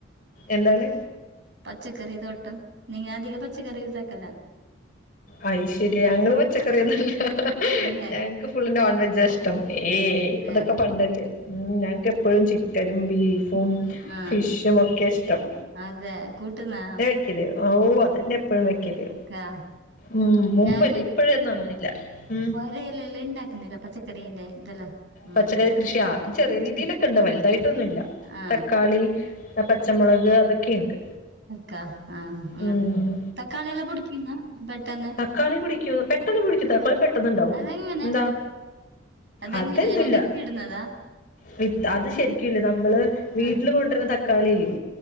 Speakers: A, on the left; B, on the right.
A: എന്താണ്
B: പച്ചക്കറി തോട്ടം നിങ്ങധികം പച്ചക്കറി യൂസക്കല
A: ആയിഷരിയ ഞങ്ങള്ൾ പച്ചക്കറ ഒന്നുംല്ല
B: അല്ലേ
A: ഞങ്ങക്ക് ഫുള് നോൺ വെജാഷ് ഇഷ്ടം ഏയ്
B: അതെയാ
A: അതൊക്കെ പണ്ടല്ലേ ഉം ഞാൻ എപ്പോഴും ചിക്കനും ബീഫും
B: ഉം, ആ
A: ഫിഷും ഒക്കെ ഇഷ്ടം
B: അതെ കൂട്ടുന്നാ
A: വെക്ക ഓ അതന്നെ എപ്പോഴും വെക്കല്
B: ക്കാ
A: ഉം മുമ്പല്ല
B: ഞാൻ
A: ഇപ്പഴൊന്നും അങ്ങനില്ല ഉം
B: ഒരയല്ലല്ലാം ഉണ്ടാക്കുന്നില്ല പച്ചക്കറിന്റെ ഇതെല്ലാം അങ്ങനെ
A: പച്ചക്കറി കൃഷി അത് ചെറിയ
B: കൃഷി
A: രീതിയിലൊക്കെ ഉണ്ട് വലുതായിട്ടൊന്നുമ ഇല്ല
B: ആ
A: തക്കാളി പച്ചമുളക് അതൊക്കെയുണ്ട്.
B: അക്കാ ആഹ അങ്ങന
A: ഉം
B: തക്കാളിയെല്ലാം പുടിക്കന്ന പെട്ടെന്ന്.
A: കളി പിടിക്ക പെട്ടെന്ന് കുടിക്ക തകളി പണ്ടാവും
B: അതെങ്ങനെ
A: എന്താ
B: അതെങ്ങനെ
A: അതെന്ല്ല
B: ഞമ്മ ഭിത്തി ഇടുന്നതാ
A: വി അത് ശരിക്കുംല്ല നമ്മള് വീട്ടില്
B: ആ
A: കൊണ്ടുവരുന്ന തക്കാളില്ലേ